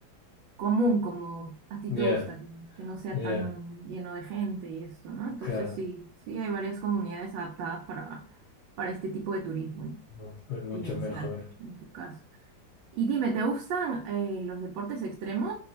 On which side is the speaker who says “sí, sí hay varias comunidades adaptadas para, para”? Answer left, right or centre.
Right